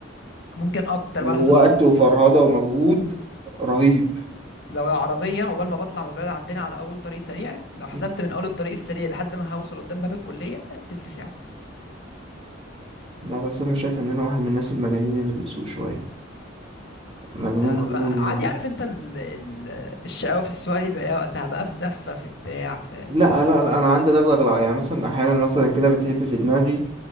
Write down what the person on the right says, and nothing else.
ووقت
وفرهدة ومجهود رهيب
م.
لا بس أنا شايف إن أنا واحد من الناس المجانين اللي بتسوق شوية مجنون
مجنون
يعني
لا لا لا أنا عندي دغدغة الع- يعني مثلا أحيانا مثلا كده بتهب في دماغي